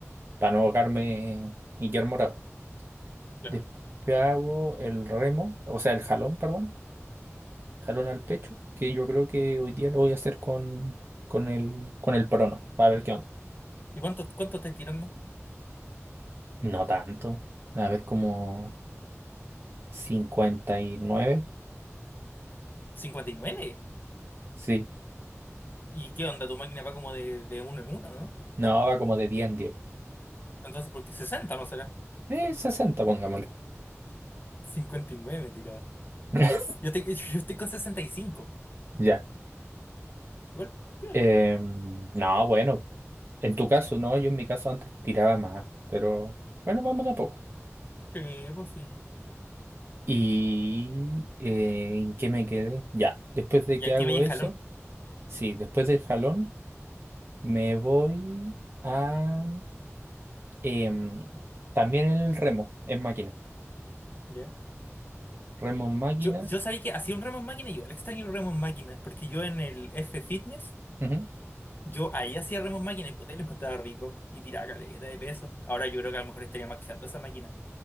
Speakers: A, on the right; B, on the left.
A: para no ahogarme y quedar morado.
B: Claro.
A: Después hago el remo, o sea, el jalón, perdón, jalón al pecho, que yo creo que hoy día lo voy a hacer con, con el, con el prono, para ver qué onda.
B: ¿Y cuánto, cuánto estás tirando?
A: No tanto, a ver como cincuenta y nueve
B: cincuenta y nueve
A: sí,
B: ¿Y qué onda? Tu máquina va como de, de uno en uno,
A: no, va como de diez en diez
B: Entonces, ¿por qué 60 no será?
A: Eh, 60, pongámosle.
B: 59 tirado.
A: <laughs>
B: Yo, te- <laughs> yo estoy con 65.
A: Ya.
B: Igual, piola.
A: Em, no, bueno, en tu caso, no, yo en mi caso antes tiraba más, pero bueno, vamos de a poco.
B: Sí, pues sí.
A: ¿Y eh, en qué me quedé? Ya, después de
B: Y
A: que
B: aquí
A: hago
B: vaya
A: eso,
B: en jalón.
A: sí, después del jalón me voy a... em, también el remo, en máquina.
B: ¿Ya?
A: Remo en máquina,
B: Yo, yo sabía que hacía un remo en máquina y igual extraño el remo en máquina. Porque yo en el F Fitness,
A: ujú,
B: yo ahí hacía remo en máquina y puta, y lo encontraba rico. Y tiraba caleta de peso. Ahora yo creo que a lo mejor estaría maxeando esa máquina.